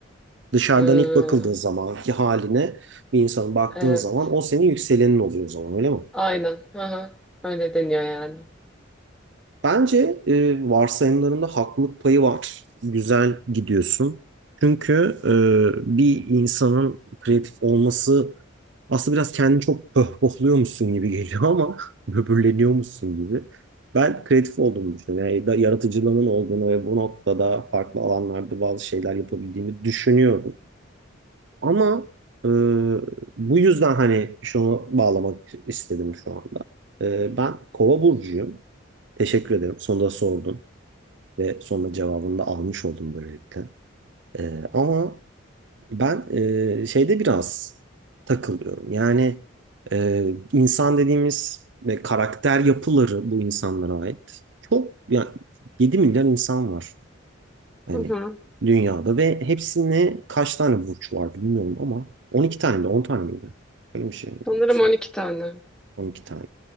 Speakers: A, on the right (about 60°); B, in the centre.
A: dışarıdan
B: E,
A: ilk bakıldığı zamanki haline bir insanın baktığın
B: evet.
A: zaman o senin yükselenin oluyor o zaman öyle mi?
B: Aynen. Hı hı. Öyle deniyor yani.
A: Bence e, varsayımlarında haklılık payı var. Güzel gidiyorsun. Çünkü e, bir insanın kreatif olması aslında biraz kendini çok pohpohluyormuşsun gibi geliyor ama <laughs> böbürleniyormuşsun gibi. Ben kreatif olduğumu düşünüyorum. Yani da- yaratıcılığımın olduğunu ve bu noktada farklı alanlarda bazı şeyler yapabildiğimi düşünüyorum. Ama e, bu yüzden hani şunu bağlamak istedim şu anda. E, ben Kova burcuyum. Teşekkür ederim. Sonunda sordun ve sonunda cevabını da almış oldum böylelikle. E, ama ben e, şeyde biraz takılıyorum. Yani e, insan dediğimiz ve karakter yapıları bu insanlara ait. Çok yani 7 milyar insan var. Hani
B: Hı hı.
A: dünyada ve hepsine kaç tane burç var bilmiyorum ama 12 tane de 10 tane miydi? Öyle bir şey mi
B: Sanırım
A: yoksa?
B: 12 tane.
A: on iki tane.